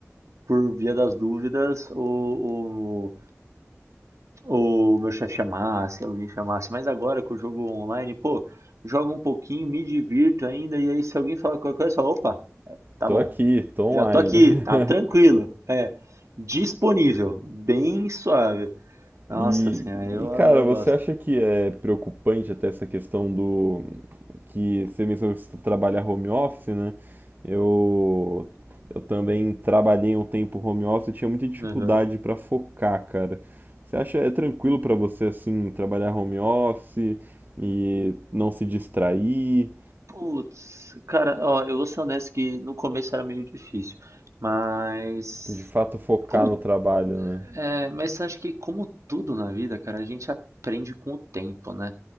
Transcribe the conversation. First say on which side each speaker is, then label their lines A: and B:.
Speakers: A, on the right (about 70°); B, on the right (about 35°).
A: por via das dúvidas o, o, o meu chefe chamasse, alguém chamasse. Mas agora que eu jogo online, pô, jogo um pouquinho, me divirto ainda, e aí se alguém falar qualquer coisa, eu falo, opa, tá
B: Tô
A: bom,
B: aqui, tô online.
A: já tô aqui,
B: <laughs>
A: tá tranquilo. É, disponível, bem suave. Nossa
B: E,
A: senhora, eu,
B: e, cara,
A: adoro, eu
B: você
A: gosto.
B: acha que é preocupante até essa questão do que você mencionou que você trabalha home office, né? Eu eu também trabalhei um tempo home office, eu tinha muita dificuldade
A: Uhum.
B: pra focar, cara. Você acha é tranquilo pra você assim trabalhar home office e não se distrair,
A: Putz, cara, ó, eu vou ser honesto que no começo era meio difícil, mas
B: de fato focar
A: como
B: no trabalho, né?
A: é, mas acho que como tudo na vida, cara, a gente aprende com o tempo, né?